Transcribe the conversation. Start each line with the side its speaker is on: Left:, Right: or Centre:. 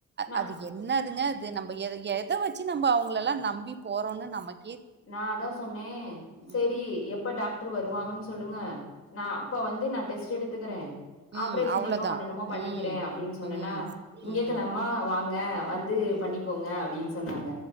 Left: நா
Right: அது என்னதுங்க இது நம்ம பய ய ஏதாவச்ச சு நம்ம அவங்க எல்லாம் நம்பி போறோன்னு நமக்
Left: நா அதா சொன்னே சேரி
Right: ம்
Left: எப்ப டாக்டர் வருவாங்கன்னு சொல்லுங்க நா அப்ப வந்து நா டெஸ்ட்டு எடுத்துக்குறே ஆப்ரேஷ
Right: ம் அவ்ளோதான்
Left: எப்போ பண்ணணுமோ பண்ணிக்கிறே
Right: ம்
Left: அப்டின்னு சொன்னன்னா
Right: ம்
Left: திங்க
Right: ம்
Left: கிழம வாங்க வந்து
Right: ம்
Left: பண்ணிக்கோங்க அப்டின்னு சொன்னாங்க